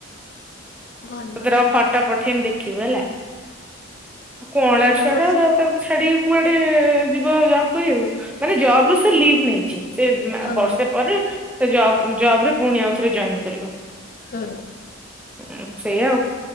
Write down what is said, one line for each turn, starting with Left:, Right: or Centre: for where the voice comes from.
Left: ଭଲ
Centre: ତତେ ର ଫଟୋ ପଠେଇମି ଦେଖିବୁ ହେଲା। ଆଉ କଅଁଳା ଛୁଆ
Left: ମୁଁ
Centre: ଟା ତାକୁ ଛାଡିକି କୁଆଡେ ‌ ଯିବ ଜବ କରିବାକୁ ମାନେ ଜବ ରୁ ସେ ଲିଭ ନେଇଛି ସେ
Left: ହଁ
Centre: ବର୍ଷେ ପରେ ବ ଜବ ରେ ପୁଣି ଆଉଥରେ ଜଏନ୍ କରିବ।
Left: ହଁ
Centre: ହଁ ସେଇଆା ଆଉ